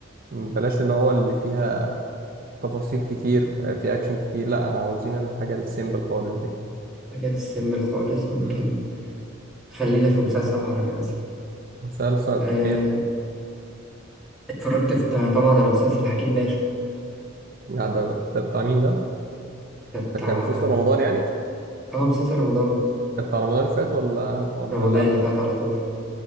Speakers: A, on the right; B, in the centre.
A: بلاش اللي هو اللي فيها تفاصيل كتير آه، في اكشن كتير لا انا عاوزين الحاجه السيمبل خالص دي
B: حاجات السيمبل خالص ممكن
A: امم
B: خلينا في مسلسل عربي مثلا
A: مسلسل
B: آه،
A: ايه
B: اتفرجت في طبعا على مسلسل حكيم باشا
A: لا ده ده بتاع مين ده
B: ده بتاع
A: ده كان مسلسل رمضان يعني
B: اه مسلسل رمضان
A: ده بتاع رمضان اللي فات ولا ولا
B: رمضان
A: اللي قبل
B: اللي فات على طول